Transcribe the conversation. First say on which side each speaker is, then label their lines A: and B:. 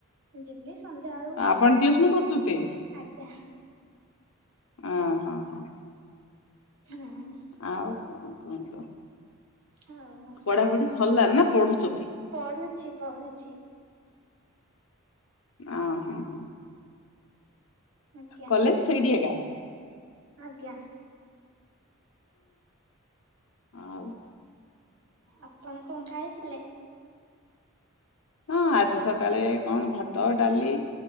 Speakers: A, on the right; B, on the left.
A: ଯିବି ସନ୍ଧ୍ୟାବେଳକୁ
B: ଆପଣ ଟିଉସନ କରୁଛନ୍ତି
A: ଆଜ୍ଞା।
B: ଆ ହଁ ହଁ।
A: ହୁଁ।
B: ଆଉ କଣ କୁହନ୍ତୁ,
A: ହଉ
B: ପଢାପଢି ସାରିଲାଣି ନା ପଢୁଛନ୍ତି?
A: ପଢୁଛି, ପଢୁଛି।
B: ଆ ହଁ ହଁ
A: ଆଜ୍ଞା
B: କଲେଜ ସେଇଠି ଏକା?
A: ଆଜ୍ଞା
B: ଆଉ
A: ଆପଣ କଣ ଖାଇଥିଲେ?
B: ହଁ ଆଜି ସକାଳେ କଣ ଭାତ, ଡାଲି